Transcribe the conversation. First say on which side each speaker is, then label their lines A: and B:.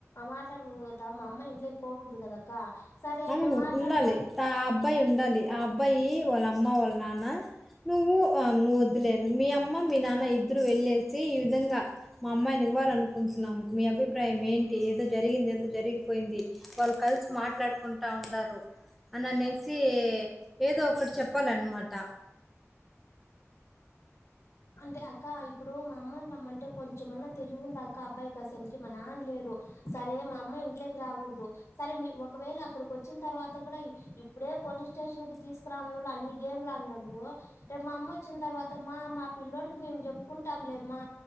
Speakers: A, on the left; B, in the centre.
A: మాట్లాడకూడగుతావు మా అమ్మ ఇంట్లోకి పోకూడదు కదక్క సరే
B: అవును.
A: మేము మాట్లాడతాం
B: ఉండాలి. త ఆ అబ్బాయి ఉండాలి ఆ అబ్బాయి వాళ్ళ అమ్మ వాళ్ళ నాన్న నువ్వు నువ్వు వద్లే మీ అమ్మ మీ నాన్న ఇద్దరు వెళ్ళేసి ఈ విధంగా మా అమ్మాయిని ఇవ్వాలనుకుంటున్నాం మీ అభిప్రాయం ఏంటి ఏదో జరిగింది ఏదో జరిగిపోయింది వాళ్ళు కలిసి మాట్లాడు కుంటా ఉండరు అని అనేసి ఏదో ఒకటి చెప్పాలన్నమాట
A: అంటే అక్క ఇప్పుడు మా అమ్మ రమ్మంటే కొంచెమన్నా తెలివి ఉందా అక్క అబ్బాయికి అసలుకి మా నానలేరు సరే మా అమ్మయి ఇంట్లోకి రాకూడదు సరే మీ ఒకవేళ అక్కడికి వచ్చిన తర్వాత కూడా ఇప్పుడే పోలీస్ స్టేషన్ కి తీసుకురావన్నళ్ు అన్ని గేమ్లు ఆడినళ్ు రేపు మా అమ్మ వచ్చిన తర్వాత మా మా పిల్లోడికి మేము చెప్పుకుంటాం లేమ్మా